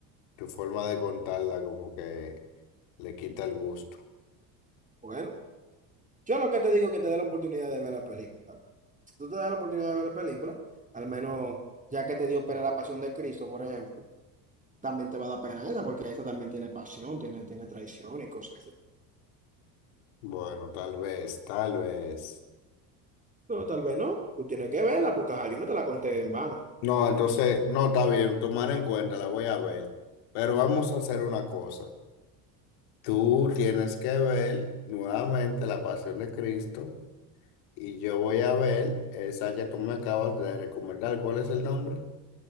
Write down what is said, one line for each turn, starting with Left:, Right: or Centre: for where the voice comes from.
Left: tu forma de contarla como que le quita el gusto.
Right: Bueno, yo lo que te digo es que te dé la oportunidad de ver la película. Si tú te das la oportunidad de ver la película, al menos ya que te dio pena la pasión de Cristo, por ejemplo, también te va a dar pena esa, porque esa también tiene pasión, tiene, tiene traición y cosas así.
Left: Bueno, tal vez, tal vez.
Right: No, tal vez no, tú tienes que verla, porque ajá, yo no te la conté en vano.
Left: No, entonces, no, está bien, tomar en cuenta, la voy a ver, pero vamos a hacer una cosa. Tú tienes que ver nuevamente La Pasión de Cristo y yo voy a ver esa que tú me acabas de recomendar. ¿Cuál es el nombre?